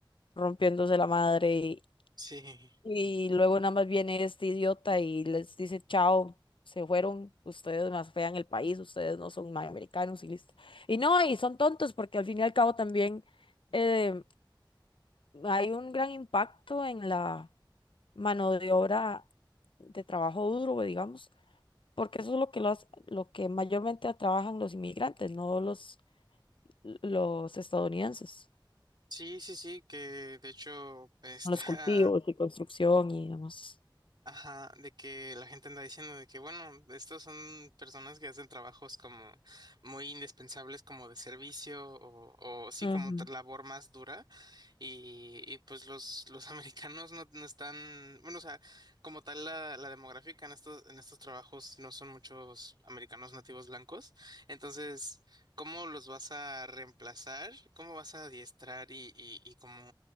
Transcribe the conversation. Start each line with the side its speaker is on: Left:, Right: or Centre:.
Left: rompiéndose la madre y,
Right: sí,
Left: y luego nada más viene este idiota y les dice chao. Se fueron, ustedes más fean el país, ustedes no son más americanos y listo. Y no, y son tontos porque al fin y al cabo también eh, hay un gran impacto en la mano de obra de trabajo duro, digamos. porque eso es lo que, lo, hace- lo que mayormente trabajan los inmigrantes, no los, los estadounidenses,
Right: sí, sí, sí, que de hecho está
Left: con los cultivos
Right: <laughs>
Left: y construcción y demás.
Right: Ajá, de que la gente anda diciendo de que, bueno, estos son personas que hacen trabajos como muy indispensables, como de servicio o, o sí,
Left: Ujú.
Right: como otra labor más dura. Y, y pues los, los <laughs> americanos no, no están, bueno, o sea, como tal la, la demográfica en estos, en estos trabajos no son muchos americanos nativos blancos. Entonces, ¿cómo los vas a reemplazar? ¿Cómo vas a adiestrar y, y, y cómo...